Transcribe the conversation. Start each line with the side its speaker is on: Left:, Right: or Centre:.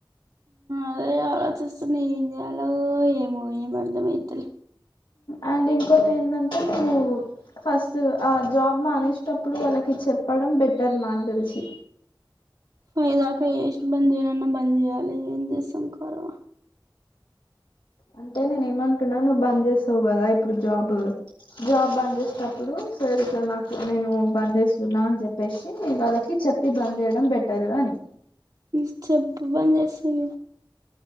Right: అదే ఆలోచిస్తున్నా ఏం చేయాలో ఏమో ఏం అర్ధమైతలే
Left: అండ్ ఇంకోటి ఏందంటే నువ్వు ఫస్ట్ ఆ జాబ్ మానేసటప్పుడు వాళ్ళకి చెప్పడం బెటర్ నాకు తెలిసి
Right: పైదాకా ఏ బంద్ చేయాలన్నా బంద్ చేయాలి ఏం చేస్తాం కారు
Left: అంటే నేనే ఏమంటున్నా నువ్వు బంద చేసావు కదా ఇప్పుడు జాబ్ జాబ్ బంద్ చేసటప్పుడు సరే సార్ నాకు నేను బంద్ చేస్తున్నా అని చెప్పేసి వాళ్ళకి చెప్పి బంద్ చేయడం బెటరు అని
Right: ని చెబ పని చేస్తు